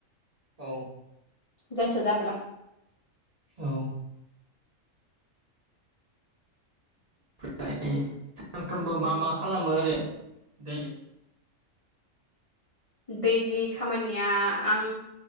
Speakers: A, on the right; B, on the left.
A: औ
B: गोसो जाब्ला
A: औ फ्राय सानफ्रोमबो मा मा खालामो आरो दैलि
B: दैलि खामानिया आं